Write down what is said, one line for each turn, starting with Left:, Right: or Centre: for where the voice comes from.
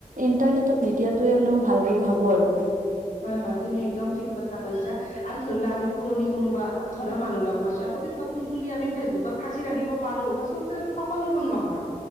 Right: ইন্টাৰনেটত নিদিয়াতয়ে মানে মই ভাল বুলি ভাবো আৰু
Left: হয় হয় তুমি একদম ঠিক কথা কৈছা আৰু ধৰি লোৱা আমি পুৰণি কোনোবা ঘৰৰ মানুহ লগ পাইছো একপি ফটো তুলি আমি ফেচবুকত সাঁচি ৰাখিব পাৰোঁ আচলতে সকলোবোৰ নহয়